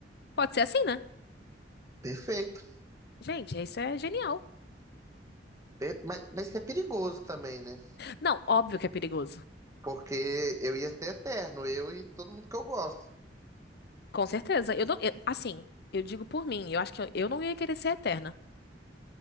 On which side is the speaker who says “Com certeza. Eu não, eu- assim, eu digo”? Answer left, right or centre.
Left